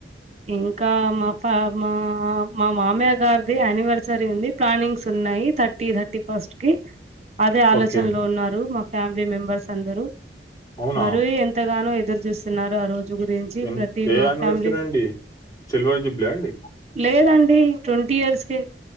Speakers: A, on the right (about 40°); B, on the left (about 20°).
A: ఇంకా మాక్ ఆ మా మా మామయ్యా గరీది ఆనివర్సరీ ఉంది. ప్లానింగ్స్ ఉన్నాయి. థర్టీ థర్టీ ఫస్ట్ కి అదే ఆలోచనలో
B: ఓకే
A: ఉన్నారు. మా ఫ్యామిలీ మెంబర్స్ అందరు
B: అవునా
A: మరుయి ఎంతగానో ఎదుర్ చూస్తున్నారు ఆ రోజు గురించి
B: ఏం
A: ప్రతి
B: ఏ
A: మా
B: యానివర్సరీ
A: ఫ్యామిలీ
B: అండి సిల్వర్ జుబ్లి అండి
A: లేదండి ట్వంటీ ఇయర్స్ కే